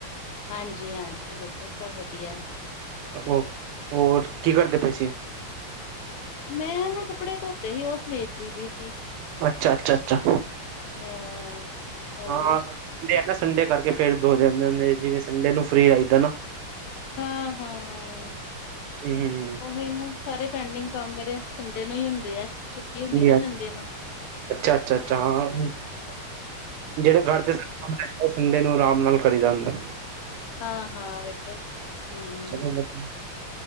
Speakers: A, on the left; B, on the right.
A: ਹਾਂਜੀ-ਹਾਂਜੀ, ਬੇਟੇ ਸਭ ਵਦੀਆ।
B: ਔਰ ਹੋਰ ਕੀ ਕਰਦੇ ਪੇ ਸੀ?
A: ਮੈਂ ਨਾ ਕੱਪੜੇ ਧੋਤੇ ਸੀ, ਉਹ ਸਮੇਟ ਦੀ ਪਈ ਸੀ।
B: ਅੱਛਾ-ਅੱਛਾ, ਅੱਛਾ।
A: ਹਾਂ। ਹੋਰ
B: ਹਾਂ, ਸੰਡੇ ਹੈ ਨਾ, ਸੰਡੇ ਕਰਕੇ ਫੇਰ ਦੋ ਦਿਨ ਦੇ ਲਈ ਜਿਵੇਂ ਸੰਡੇ ਨੂੰ ਫਰੀ ਆਈਦੈ ਨਾ।
A: ਹਾਂ-ਹਾਂ,
B: ਹਮ
A: ਓਹੀ ਨਾ। ਸਾਰੇ ਪੈਂਡਿੰਗ ਕੰਮ ਮੇਰੇ, ਸੰਡੇ ਨੂੰ ਈ ਹੁੰਦੇ ਐ। ਛੁੱਟੀ ਹੁੰਦੀ
B: ਹਾਂਜੀ
A: ਏ ਨਾ
B: ਹਾਂਜੀ
A: ਸੰਡੇ ਨੂੰ,
B: ਅੱਛਾ ਅੱਛਾ ਅੱਛਾ
A: ਹਾਂ-ਹਾਂ,
B: ਹਾਂ
A: ਹਾਂ।
B: ਜਿਹੜੇ ਘਰ ਦੇ ਸਾਮਨੇ, ਸੰਡੇ ਨੂੰ ਆਰਾਮ ਨਾਲ ਕਰੀ ਜਾਂਦੈ।
A: ਹਾਂ-ਹਾਂ, ਬੇਟੇ। ਹੂੰ।
B: ਚਲੋ ਵਦੀਆ,